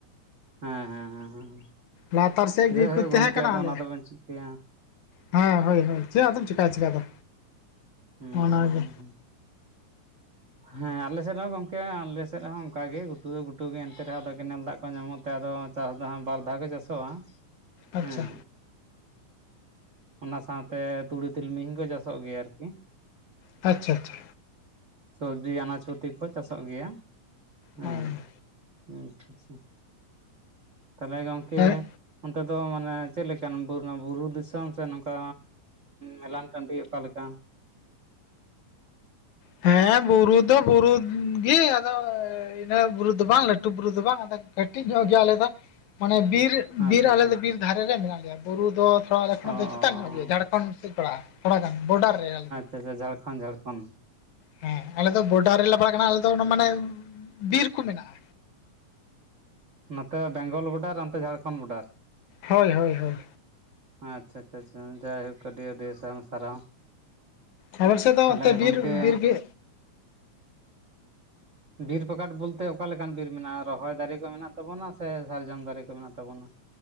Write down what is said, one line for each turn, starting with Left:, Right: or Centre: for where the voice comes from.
Right: ᱦᱮᱸ ᱦᱮᱸ ᱦᱮᱸ ᱦᱮᱸ
Left: ᱞᱟᱛᱟᱨ ᱥᱮᱫ
Right: ᱡᱟᱭᱦᱳᱠ
Left: ᱜᱮᱠᱚ
Right: ᱜᱚᱢᱠᱮ
Left: ᱛᱟᱦᱮᱸ ᱠᱟᱱᱟ
Right: ᱟᱫᱚ
Left: ᱟᱞᱮ
Right: ᱚᱱᱟ ᱫᱚᱵᱮᱱ ᱪᱤᱠᱟᱹᱭᱟ
Left: ᱦᱮᱸ ᱦᱳᱭ ᱦᱳᱭ ᱪᱮᱫ ᱟᱫᱚᱢ ᱪᱮᱠᱟᱭ ᱪᱮᱠᱟ ᱫᱚ
Right: ᱦᱩᱸ
Left: ᱚᱱᱟᱜᱮ
Right: ᱦᱩᱸ ᱦᱩᱸ ᱦᱩᱸ <unintelligible> ᱦᱮᱸ ᱟᱞᱮ ᱥᱮᱫ ᱦᱚᱸ ᱜᱚᱝᱠᱮ ᱟᱞᱮ ᱥᱮᱫ ᱦᱚᱸ ᱚᱱᱠᱟ ᱜᱮ ᱜᱷᱩᱴᱩ, ᱜᱷᱩᱴᱩ ᱜᱮ ᱮᱱᱛᱮ ᱨᱮᱦᱚᱸ ᱟᱫᱚ ᱠᱮᱱᱮᱞ ᱫᱟᱜ ᱠᱚ ᱧᱟᱢᱚᱜ ᱛᱮ ᱟᱫᱚ ᱪᱟᱥ ᱫᱚ ᱦᱟᱜ ᱵᱟᱨ ᱫᱷᱟᱣ ᱜᱮ ᱪᱟᱥᱚᱜᱼᱟ
Left: ᱟᱪᱪᱷᱟ
Right: ᱦᱩᱸ ᱚᱱᱟ ᱥᱟᱶᱛᱮ ᱛᱩᱲᱤ ᱛᱤᱞᱢᱤᱧ ᱠᱚ ᱪᱟᱥᱚᱜ ᱜᱮᱭᱟ ᱟᱨᱠᱤ
Left: ᱟᱪᱪᱷᱟ ᱟᱪᱷᱟ
Right: ᱥᱚᱵᱽᱡᱤ ᱟᱱᱟᱡ ᱯᱟᱛᱤ ᱠᱚ ᱪᱟᱥᱚᱜ ᱜᱮᱭᱟ᱾ ᱦᱮᱸ
Left: ᱟᱪᱪᱷᱟ
Right: ᱟᱪᱪᱷᱟ ᱟᱪᱪᱷᱟ ᱛᱟᱞᱮ ᱜᱚᱝᱠᱮ
Left: ᱦᱮᱸ
Right: ᱚᱱᱛᱮ ᱫᱚ ᱢᱟᱱᱮ ᱪᱮᱫᱞᱮᱠᱟᱱ ᱵᱩᱨᱩ ᱫᱤᱥᱚᱢ ᱥᱮ ᱱᱚᱝᱠᱟ ᱢᱮᱞᱟᱱ ᱴᱟᱺᱰᱤ ᱚᱠᱟᱞᱮᱠᱟ
Left: ᱦᱮᱸ ᱵᱩᱨᱩ ᱫᱚ ᱵᱩᱨᱩ ᱜᱮ ᱟᱫᱚ ᱤᱱᱟᱹ ᱵᱩᱨᱩ ᱫᱚ ᱵᱟᱝ ᱞᱟᱹᱴᱩ ᱵᱩᱨᱩ ᱫᱚ ᱵᱟᱝ ᱟᱫᱚ ᱠᱟᱹᱴᱤᱡ ᱧᱚᱜ ᱜᱮᱭᱟ ᱟᱞᱮ ᱫᱚ ᱢᱟᱱᱮ ᱵᱤᱨ
Right: ᱟᱪᱪᱷᱟ
Left: ᱵᱤᱨ ᱟᱞᱮᱫᱚ
Right: ᱟᱪᱪᱷᱟ
Left: ᱵᱤᱨ ᱫᱷᱟᱨᱮ ᱨᱮ ᱢᱮᱱᱟᱜ ᱞᱮᱭᱟ ᱵᱩᱨᱩ ᱫᱚ ᱛᱷᱚᱲᱟ ᱮᱠᱷᱚᱱ
Right: ᱚ
Left: ᱫᱚ ᱪᱮᱛᱟᱱ ᱧᱚᱜ ᱜᱮᱭᱟ ᱡᱷᱟᱲᱠᱷᱚᱸᱰ ᱥᱮᱫ ᱯᱟᱲᱟᱜ ᱛᱷᱚᱲᱟ ᱜᱟᱱ ᱵᱚᱰᱟᱨ ᱨᱮ ᱟᱞᱮ ᱫᱚ
Right: ᱪᱮᱪᱮ ᱡᱷᱟᱲᱠᱷᱚᱸᱱᱰ ᱡᱷᱟᱲᱠᱷᱚᱸᱱᱰ
Left: ᱦᱮᱸ ᱟᱞᱮ ᱫᱚ ᱵᱚᱰᱟᱨ ᱨᱮᱞᱮ ᱯᱟᱲᱟᱜ ᱠᱟᱱᱟ ᱟᱞᱮ ᱫᱚ ᱚᱱᱟ ᱢᱟᱱᱮ ᱵᱤᱨ ᱠᱚ ᱢᱮᱱᱟᱜᱼᱟ
Right: ᱱᱚᱛᱮ ᱵᱮᱝᱜᱚᱞ ᱵᱚᱰᱟᱨ ᱚᱱᱛᱮ ᱡᱷᱟᱲᱠᱷᱚᱸᱱ ᱵᱚᱰᱟᱨ
Left: ᱦᱳᱭ ᱦᱳᱭ ᱦᱳᱭ
Right: ᱟᱪᱪᱷᱟ ᱟᱪᱷᱟ ᱟᱪᱷᱟ ᱡᱟᱭᱦᱳᱠ ᱟᱹᱰᱤ ᱟᱹᱰᱤ ᱥᱟᱨᱚᱢ ᱥᱟᱨᱦᱟᱣ
Left: ᱟᱞᱮ ᱥᱮᱫ ᱫᱚ
Right: ᱛᱟᱦᱚᱞᱮ
Left: ᱚᱱᱛᱮ
Right: ᱜᱚᱝᱠᱮ
Left: ᱵᱤᱨ ᱵᱤᱨ ᱜᱮ
Right: ᱵᱤᱨ ᱯᱟᱠᱟᱴ ᱵᱚᱞᱛᱮ ᱚᱠᱟ ᱞᱮᱠᱟᱱ ᱵᱤᱨ ᱢᱮᱱᱟᱜᱼᱟ, ᱨᱚᱦᱚᱭ ᱫᱟᱨᱮ ᱠᱚ ᱢᱮᱱᱟᱜ ᱛᱟᱵᱚᱱᱟ ᱥᱮ ᱥᱟᱨᱡᱚᱢ ᱫᱟᱨᱮ ᱠᱚ ᱢᱮᱱᱟᱜ ᱛᱟᱵᱚᱱᱟ᱾ <inaudible>